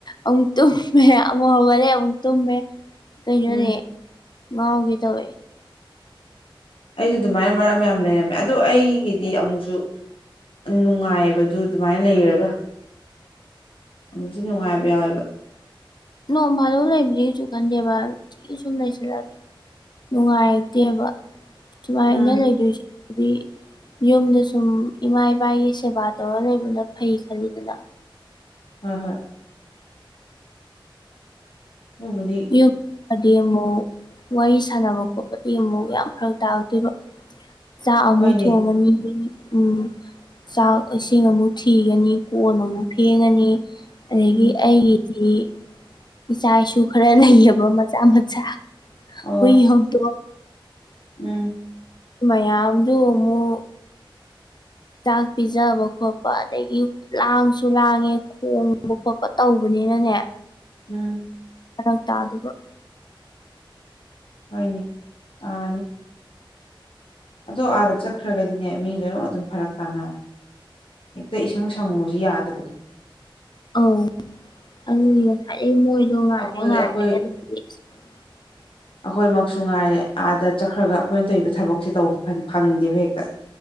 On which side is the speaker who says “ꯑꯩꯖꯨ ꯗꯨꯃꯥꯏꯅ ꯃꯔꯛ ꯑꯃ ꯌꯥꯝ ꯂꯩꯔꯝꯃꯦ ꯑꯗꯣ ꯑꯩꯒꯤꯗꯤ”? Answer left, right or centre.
Left